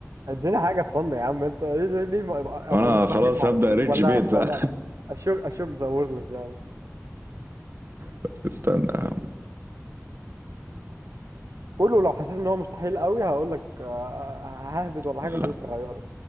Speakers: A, on the right; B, on the right.
A: اديني حاجة فن يا عم انت ليه ليه ما- ابقى
B: انا
A: أبقى مستحيل
B: خلاص
A: مع
B: هبدا
A: الأخوة؟
B: ريدج
A: ولا
B: بيت
A: ولا
B: بقى
A: اشوك اشوك ذا وورلد يعني
B: <laughs> استنى يا عم.
A: قولوا لو حسيت ان هو مستحيل قوي هقول لك آه، ههبد ولا حاجة
B: لا
A: خليك تغيره